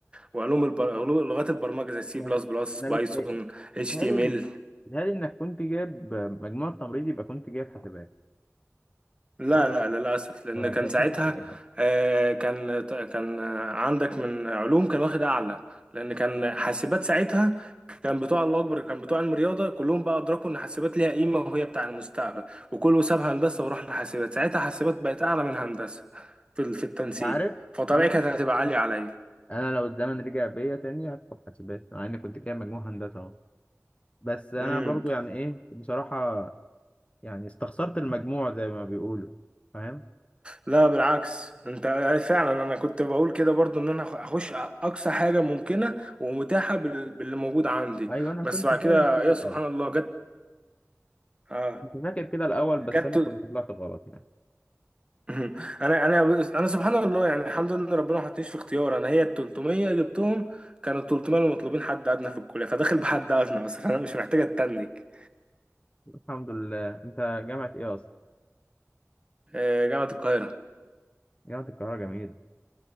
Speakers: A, on the right (about 20°); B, on the left (about 25°).
A: وعلوم البر... علوم- لغات البرمجه زي سي
B: ما-
A: بلس بلس
B: انا
A: بايثون
B: بتهيألي بتهيألي
A: اتش تي ام ال
B: بتهيألي انك كنت جايب مجموع التمريض يبقى كنت جايب حسابات
A: لا
B: صح؟
A: لا للأسف لأن
B: ولا
A: كان
B: بتهيألي
A: ساعتها
B: حسابات؟
A: آه، كان كان آه، عندك من علوم كان واخد أعلى لأن كان حاسبات ساعتها كان بتوع الله أكبر كان بتوع علم رياضة كلهم بقى أدركوا إن حاسبات ليها قيمة وهي بتاع المستقبل وكله ساب هندسة وراح لحاسبات ساعتها حاسبات بقت أعلى من هندسة في ال- في التنسيق
B: <laughs> انت عارف
A: فطبيعي
B: انا
A: كانت هتبقى عالية عليا
B: انا لو الزمن رجع بيا تاني هدخل حسابات مع اني كنت جايب مجموع هندسة اهو بس انا
A: امم
B: برضو يعني ايه بصراحة يعني استخسرت المجموع زي ما بيقولوا فاهم؟
A: لا بالعكس انت فعلا انا كنت بقول كده برضو ان انا اخش اقصى حاجه ممكنه ومتاحه بال- باللي موجود عندي
B: ايوه انا كنت
A: بس بعد
B: فاهم
A: كده
B: كده
A: يا
B: الاول
A: سبحان الله جت اه
B: كنت فاكر كده الاول بس
A: جت
B: انا كنت طلعت غلط يعني
A: <laughs> انا انا انا سبحان الله يعني الحمد لله ان ربنا ما حطنيش في اختيار انا هي ال 300 جبتهم كانوا ال 300 اللي مطلوبين حد ادنى في الكليه فداخل بحد ادنى اصلا فانا مش محتاج اتنك
B: الحمد لله انت جامعة ايه اصلا؟
A: آه، جامعه القاهره
B: جامعة القاهرة جميلة